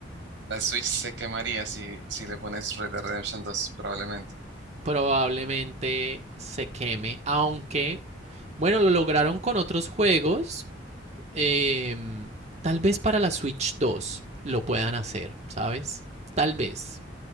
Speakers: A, on the right; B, on the right.
A: la Switch se quemaría si, si le pones Red Dead Redemption 2, probablemente.
B: Probablemente se queme, aunque, bueno, lo lograron con otros juegos. eh, tal vez para la Switch 2 lo puedan hacer, ¿sabes? Tal vez.